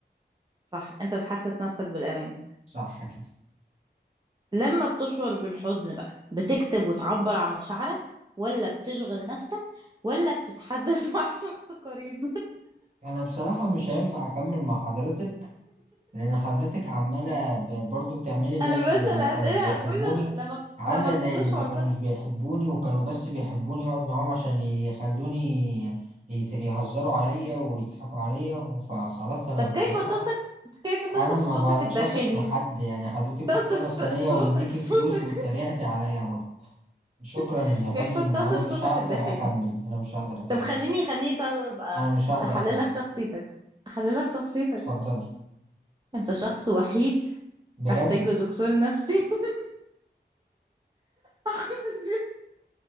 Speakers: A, on the right; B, on the right.
A: صح انت تحسس نفسك بالأمان
B: صح كده
A: لما بتشعر بالحزن بقى بتكتب وتعبر عن مشاعرك ولا بتشغل نفسك ولا بتتحدث <laughs> مع شخص قريب
B: أنا بصراحة مش هينفع أكمل مع حضرتك لأن حضرتك عمالة ب- برضو بتعملي زي
A: انا
B: اللي
A: بس الاسئله
B: ما كانوش بيحبوني
A: بقول له لما
B: عاملة
A: لما بتشعر
B: زي اللي ما كانوش
A: بقى
B: بيحبوني وكانوا بس بيحبوني أقعد معاهم عشان يخلوني يت- يهزروا عليا ويضحكوا عليا فخلاص أنا
A: طب كيف
B: بصراحة
A: تصف كيف تصف
B: انا ما
A: صوتك
B: بقتش
A: الداخلي
B: اثق في حد يعني حضرتك دكتور
A: تصف
B: نفسانية
A: ت- صوتك
B: ومديكي
A: صوتك
B: فلوس واتريقتي عليا برضه شكرا
A: <laughs>
B: يا فندم
A: كيف تصف
B: انا مش
A: صوتك
B: هقدر
A: الداخلي
B: اكمل انا مش هقدر اكمل
A: طب خليني خليني طب ابقى
B: انا مش هقدر
A: احلل
B: اكمل
A: لك شخصيتك احلل لك شخصيتك
B: اتفضلي
A: انت شخص وحيد
B: بجد
A: محتاج لدكتور نفسي <laughs> محدش